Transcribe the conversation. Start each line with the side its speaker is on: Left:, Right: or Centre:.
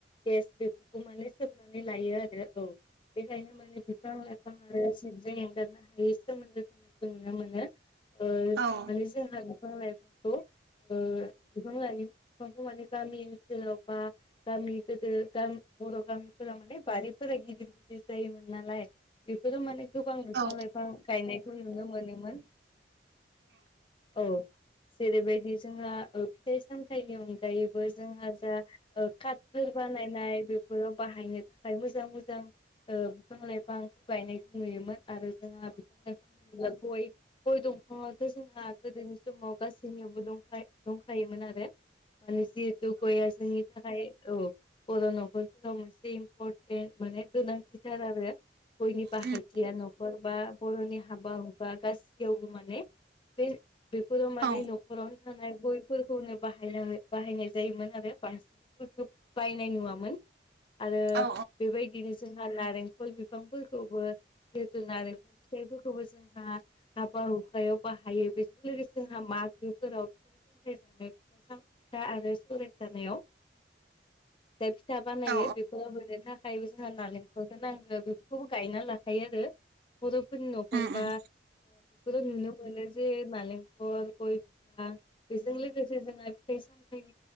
Left: गेस बेफोरखौ माने सोमनानै लायो आरो औ। बेखायनो माने बिफां लाइफां आरो जिबजों एंगारनो हायै सोमोन्दो थानायखौ नुनो मोनो <unintelligible> आ
Right: औ औ
Left: माने <unintelligible> जोंहा बिफां -लाइफांखौ ओ बिफां लाइफांखौ माने गामि जेन'बा गामि गोदो गामि -बर' गामिफोरा माने बारिफोरा गिदिर गिदिर जायोमोन नालाय बेफोरनो माने गोबां बिफां
Right: औ
Left: -लाइफां गायनायखौ नुनो मोनोमोन। औ जेरैबायदि जोंहा फिथाइ -सामथाइनि अनगायैबो जोंहा काथफोर बानायनाय बे बाहायनो थाखाय मोजां -मोजां बिफां -लाइफांखौ गायनायखौ नुयोमोन। आरो जोंहा बिफां -लाइफां गय' गय दंफाङाथ' जोंहा गोदोनि समाव गासैनियावबो दं- दंखायोमोन आरो माने जिहेतु गयया जोंनि थाखायाय औ बर' न'खरफोराव मोनसे इम्परटेन्ट माने गोनांथिथार आरो। गयनि बाहायथिया
Right: उम
Left: न'खर बा बर'नि हाबा -हुखा गासैयावबो माने बे बेफोराव माने
Right: औ
Left: न'खरावनो थानाय गयफोरखौनो बाहायना बाहायनाय जायोमोन। बांसिननानो बायनाय नुआमोन आरो
Right: औ
Left: बेबायदिनो जोंहा नारेंखल बिफांफोरखौबो जिहेतु नारेंखल फिथाइफोरखौबो जोंहा हाबा- हुखायाव बाहायो बेजों लोगोसे जोंहा मागोफोराव स जानो फिथा आरो स <unintelligible> जानायाव जाय फिथा बानायो
Right: औ
Left: बे होनो थाखायबो जोंहा नारेंखलखौ नांगौ बेफोरखौबो गायना लाखायो आरो। बर'फोरनि न'खर
Right: उम
Left: बा
Right: उम
Left: नुनो मोनो। जे नालेंखल, गय बिफां बेजों लोगोसे जोंहा फिथाइ-सामथाइ